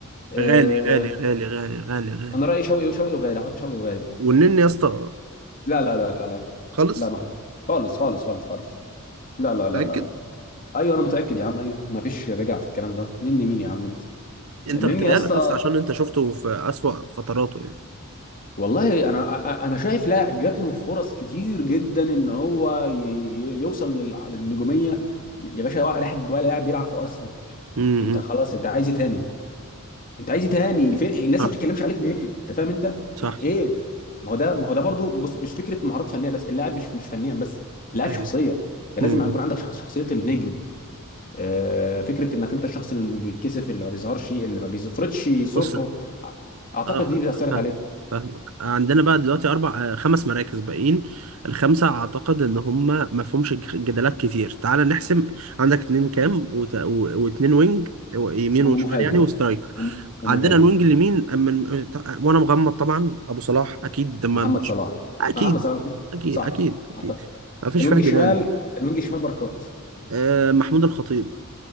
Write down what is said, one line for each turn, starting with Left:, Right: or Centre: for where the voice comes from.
Left: آه،
Right: غالي غالي غالي غالي غالي غالي
Left: انا رايي شوقي شوقي وغالي احط شوقي وغالي
Right: والنني يا اسطى
Left: لا لا لا لا لا
Right: خالص
Left: لا ما احط خالص خالص خالص خالص لا لا لا
Right: متأكد
Left: لا ايوه انا متاكد يا عم ايوه ما فيش رجع في الكلام ده نني مين يا عم انت
Right: انت
Left: نني
Right: بتهيألك
Left: يا اسطى
Right: اصلا عشان انت شفته في أسوأ فتراته يعني.
Left: والله انا أ- انا شايف لاعب جات له فرص كتير جدا ان هو ي- ي- يوصل للع- للنجوميه يا باشا ولا لاعب ولا لاعب بيلعب في ارسنال
Right: امم
Left: انت خلاص انت عايز إيه تاني انت عايز ايه تاني في الناس
Right: صح
Left: ما بتتكلمش عليك ليه انت فاهم انت
Right: صح
Left: ايه
Right: صح
Left: ما هو ده ما هو ده برضو بص مش فكره مهارات فنيه بس اللاعب مش مش فنيا بس اللاعب
Right: ايوه
Left: شخصيه انت لازم
Right: امم
Left: يكون عندك شخص- شخصيه النجم آه فكره انك انت الشخص اللي بيتكسف اللي ما بيظهرش اللي ما بيفرضش صورته
Right: بص
Left: أع- اعتقد
Right: اه
Left: دي اثرت
Right: فاهم
Left: عليه
Right: فاهمك عندنا بقى دلوقتي اربع آه، خمس مراكز باقيين الخمسه اعتقد ان هم ما فيهمش ج- جدالات كتير تعال نحسم عندك اتنين كام وت... و... واتنين وينج و- يمين
Left: ومهاجم
Right: وشمال يعني وسترايكر
Left: وم- ومهاجم
Right: عندنا الوينج اليمين أما الم- وانا مغمض طبعا ابو صلاح اكيد ما
Left: محمد
Right: مش
Left: صلاح
Right: <laughs> اكيد
Left: محمد صلاح
Right: اكيد
Left: صح
Right: اكيد اكيد
Left: اعتقد
Right: ما فيش
Left: الوينج
Right: فيها
Left: الشمال
Right: جدال
Left: الوينج الشمال بركات
Right: آه محمود الخطيب